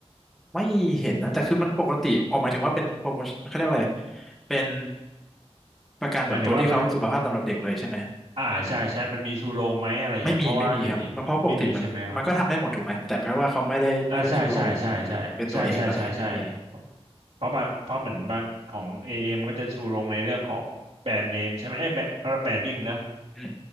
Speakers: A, in the centre; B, on the right.
A: ไม่เห็นนะแต่คือมันปกติออกหมายถึงว่าเป็นโปรโมชั่นเขาเรียกอะไรเป็นประกันแบบตัวที่เขาสุขภาพสำหรับเด็กเลยใช่ไหม
B: หมายถึงว่ามันอ่าใช่ใช่มันมีชูโรงไหมอะไรเงี้ยเพราะว่าเดี๋ยวนี้ไม่มีใช่ไหมครับ
A: ไม่มีไม่มีครับมันเพราะปกติมันมันก็ทำได้หมดถูกไหมแต่เพราะว่าเขาไม่ได้ไม่ได้ชูโรง
B: อ่าใช่ใช่ใช่ใช่ใช่ใช่ใช่ใช่
A: เป็นตัวเอกอะไรเงี้ยไม่มี
B: เพราะบางเพราะเหมือนบางของเอเอ็มก็จะชูโรงในเรื่องของแบรนด์เนมใช่ไหมเอ้ยแบรนด์เขาเรียกแบรนดิ้งนะ
A: อืม